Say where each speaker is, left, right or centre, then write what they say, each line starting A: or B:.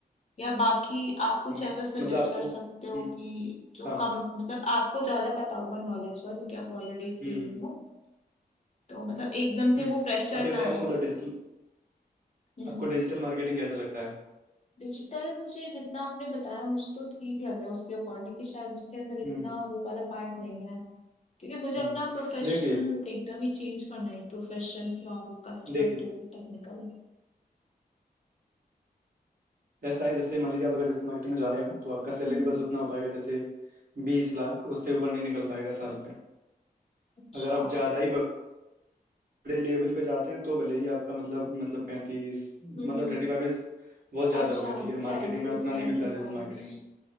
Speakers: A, on the left; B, on the right.
A: या बाकी आप कुछ
B: ओके
A: ऐसा सजेस्ट
B: मतलब आपको
A: कर
B: हम्म
A: सकते हो कि जो
B: हाँ
A: कम मतलब आपको ज्यादा पता होगा नॉलेज का क्योंकि आप ऑलरेडी इस
B: हम्म
A: फील्ड
B: हम्म
A: में हो तो मतलब एकदम
B: हम्म
A: से वो प्रेशर
B: आप ये
A: ना
B: बताइए
A: आए
B: आपको मतलब डिजिटल
A: हम्म
B: आपको डिजिटल मार्केटिंग कैसा लगता है
A: डिजिटल मुझे जितना आपने बताया मुझे तो ठीक लग रहा है उसके अकॉर्डिंग कि शायद उसके अंदर इतना
B: हम्म
A: वो वाला पार्ट नहीं है क्योंकि मुझे
B: हम्म
A: अपना प्रोफेशनल
B: देखिए
A: एकदम ही चेंज करना है profession from customer
B: देखिए
A: to technical
B: ऐसा है जैसे मान लीजिए आप अगर डिजिटल मार्केटिंग में जा रहे हैं तो आपका सैलरी
A: हम्म
B: बस उतना हो पाएगा जैसे बीस लाख उससे ऊपर नहीं निकल पाएगा साल पे
A: अच्छा
B: अगर आप ज़्यादा ही बड़े लेवल पे जाते हैं तो भले ही आपका मतलब मतलब पैंतीस मतलब
A: हम्म
B: थर्टी फाइव इज बहुत ज़्यादा
A: अच्छा
B: हो गया ठीक
A: salary
B: है मार्केटिंग में उतना
A: salary
B: नहीं मिलता है डिजिटल
A: wise
B: मार्केटिंग